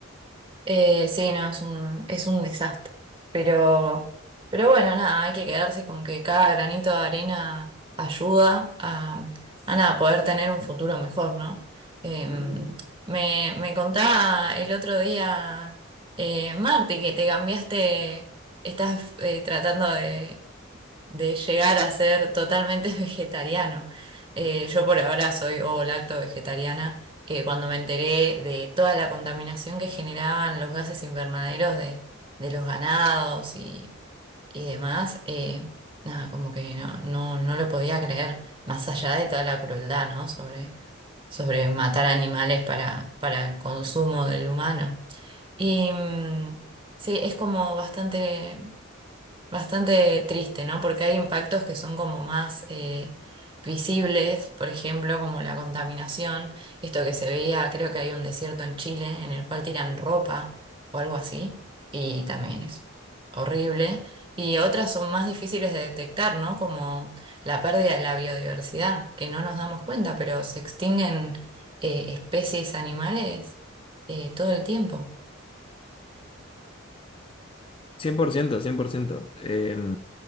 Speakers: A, on the right; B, on the left.
A: Eh, sí, no, es un, es un desastre. Pero, pero bueno, nada, hay que quedarse con que cada granito de arena ayuda a, a nada, poder tener un futuro mejor, ¿no? Eh, me, me contaba el otro día, eh, Marti, que te cambiaste, estás eh, tratando de de llegar a ser totalmente <laughs> vegetariano. Eh, yo por ahora soy ovo-lacto vegetariana. Eh, cuando me enteré de toda la contaminación que generaban los gases invernaderos de, de los ganados y, y demás, eh, nada, como que no, no, no lo podía creer, más allá de toda la crueldad, ¿no? Sobre, sobre matar animales para, para el consumo del humano. Y mm, sí, es como bastante Bastante triste, ¿no? Porque hay impactos que son como más eh, visibles, por ejemplo, como la contaminación, esto que se veía, creo que hay un desierto en Chile en el cual tiran ropa o algo así, y también es horrible. Y otras son más difíciles de detectar, ¿no? Como la pérdida de la biodiversidad, que no nos damos cuenta, pero se extinguen eh, especies animales eh, todo el tiempo.
B: 100%, 100%. Eh,